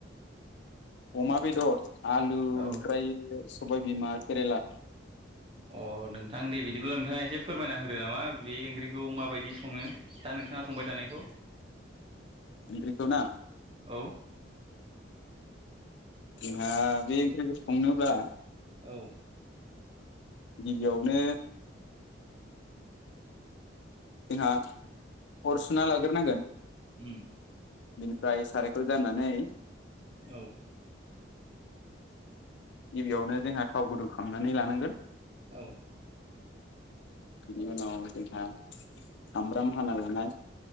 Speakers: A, on the left (about 65°); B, on the right (about 30°).
A: अमा बेदर आलु
B: औ
A: ओमफ्राय सबायबिमा केरेला
B: अ नोंथां दे बिदिब्ला नोंथाङा एसे फोरमायना होदो नामा बे ओंख्रिखौ माबायदि सङो दा नोंथाङा संबाय थानायखौ।
A: ओंख्रिखोना
B: औ
A: जोंहा बे ओंख्रिखौ संनोब्ला
B: औ।
A: गिबियावनो जोंहा अर सुना लाग्रोनांगोन।
B: उम
A: बिनिफ्राय सारायखौ जानानै
B: औ।
A: गिबियावनो जोंहा थाव गुदुं खालामनानै लानांगोन।
B: औ।
A: बिनि उनाव जोंहा सामब्राम हाना लानाय